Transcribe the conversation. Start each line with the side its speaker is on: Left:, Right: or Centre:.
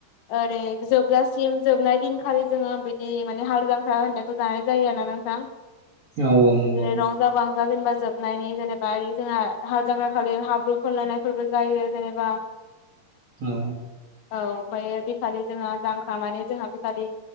Left: ओरै जोबजासिम जोबनाय दिन खालि जोङो बिदि माने हाल जांखा होननायखौ जानाय जायो आरोना नोंथां
Right: औ औ नंगौ
Left: जेरै रंजा बांजा जेनेबा जोबनायनि जेनेबा इ जोंहा हालजांग्राख खालि हाब्रु फुनलायनायफोरबो जायो जेनेबा
Right: औ
Left: औ ओमफाय बेखालि जोंहा जांख्रा माने जोंहा बेखालि